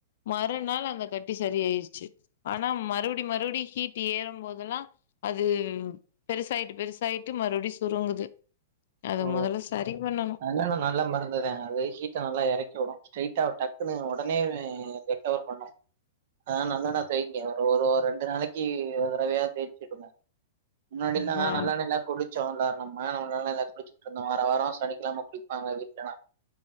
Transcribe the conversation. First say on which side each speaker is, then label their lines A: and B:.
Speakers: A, on the left; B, on the right.
A: மறுநாள் அந்த கட் ட்டி சரி ஆயிருச்சு ஆனா மறுபடி மறுபடி ஹீட் ட்டி ஏறும்போதெல்லா அது பெருசாயிட்டு பெருசாயிட்டு மறுபடியு சுருங்குது அத
B: ஓ
A: மொதல்ல சரி பண்ணனு
B: நல்லெண்ண நல்ல மருந்துதாங்க அது ஹீட்ட நல்லா எறக் க்கு ஸ்ட்ரெய்ட்டா டக்குன்னு ஒடனே ரெக்கவர் பண்ணும் அதனால நல்லெண்ண தேய்ங்க ஒரு ஒரு ரெண்டு நாளைக்கி ஒரு தடவையாது தேய்ச்சி விடுங்க முன்னாடிலா
A: அதா
B: நல்லெண்ணைல குளிச்சோ எல்லாரு ஆ நம்ம நல்லா புடிச்சிட்டு இருந்தோம் வர வாரம் சனிக்கலாம குளிப்பாங்க வீட்டுலன்னா